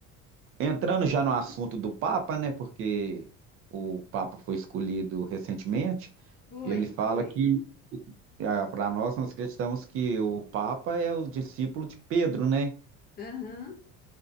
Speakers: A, on the right; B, on the left.
A: entrando já no assunto do Papa, né, porque o Papa foi escolhido recentemente,
B: foi,
A: ele fala
B: foi.
A: que ah, para nós nós acreditamos que o Papa é o discípulo de Pedro, né?
B: Aham,